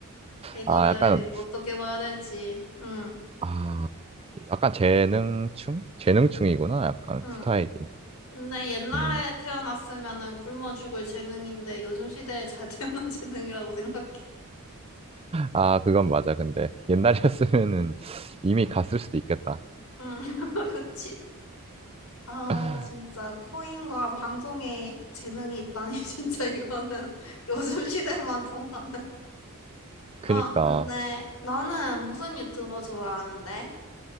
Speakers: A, on the left; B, on the right.
A: 이거를
B: 아, 약간,
A: 어떻게 봐야 될지. 응,
B: 아, 약간 재능충? 재능충이구나. 약간
A: 응.
B: 스타일이.
A: 근데 옛날에
B: 음.
A: 태어났으면은 굶어 죽을 재능인데 요즘 시대에 잘 태어난 <laughs> 재능이라고 생각해.
B: 아, 그건 맞아. 근데 옛날이었으면은 <laughs> 이미 갔을 수도 있겠다.
A: 응, <laughs> 그치? 아,
B: <laughs>
A: 진짜 코인과 방송에 재능이 있다니 <laughs> 진짜 이거는 <laughs> 요즘 시대만 통하는.
B: 그니까.
A: 아, 근데 너는 무슨 유튜버 좋아하는데?